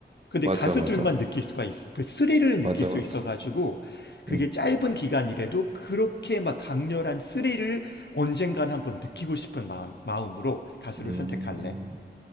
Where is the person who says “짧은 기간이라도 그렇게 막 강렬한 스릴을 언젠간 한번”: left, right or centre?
Left